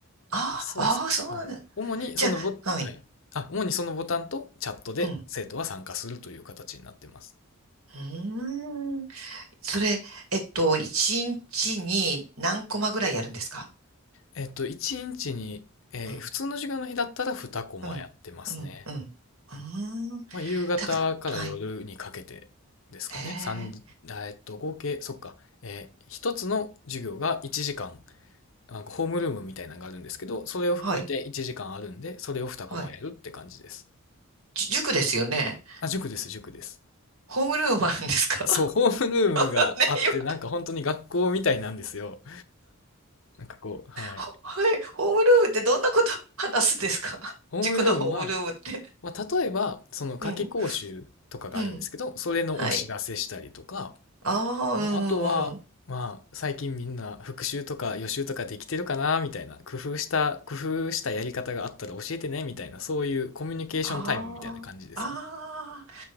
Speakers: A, on the right; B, on the left.
A: ああ、
B: そうですね。
A: ああ、そうなんだ。
B: はい。主にそのボ、
A: じゃあ、はい。
B: はい。あ、主にそのボタンとチャットで生徒は参加するという形になってます。
A: うん。うーん。それ、えっと、1日にちに何コマぐらいやるんですか
B: えっと、1日にちに、えー普通の授業の日だったら2コマやってますね。
A: うん、うん、うん、うん。うーん。
B: まあ、夕方から夜にかけてですかね。
A: たくはいへえ。
B: 三あえっと、合計、そっか、えー、1つの授業が1時間、なんかホームルームみたいなのがあるんですけど、それを含めて1時間あるんで、
A: はい。
B: それを2コマやるって感じです。
A: はい。じ塾ですよね。
B: あ、塾です、塾です。
A: ホームルームあるんですか
B: そう、
A: <laughs>
B: ホームルームがあって、
A: ね、今、
B: なんか本当に学校みたいなんですよ。なんかこう、はい。
A: ほはい。ホームルームってどんなこと話すんですか <laughs>
B: ホームルームは、
A: 塾のホームルームって。
B: まあ、例えば、その夏期講習とかがあるんですけど、
A: うん。うん。
B: それのお知らせしたりとか、
A: はい。ああ、う
B: まあ、あとは、
A: んうんうん。
B: まあ、最近みんな復習とか予習とかできてるかな、みたいな、工夫した、工夫したやり方があったら教えてね、みたいな、そういうコミュニケーションタイムみたいな感じですね。
A: ああ、あ